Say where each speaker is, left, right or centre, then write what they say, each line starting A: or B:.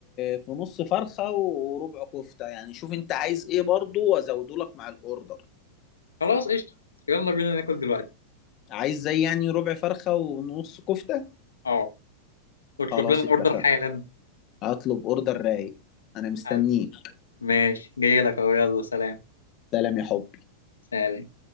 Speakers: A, on the left; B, on the left.
A: في نص فرخه وربع كفته يعني شوف انت عايز ايه برضو وازوده لك مع الاوردر
B: خلاص قشطه يلا بينا ناكل دلوقتي
A: عايز زي يعني ربع فرخه ونص كفته
B: اه اطلب
A: خلاص
B: لنا الاوردر
A: اتفقنا
B: حالا
A: هطلب اوردر رايق انا مستنيك
B: حاضر. ماشي جاي لك اهو يلا سلام
A: سلام يا حبي
B: سلام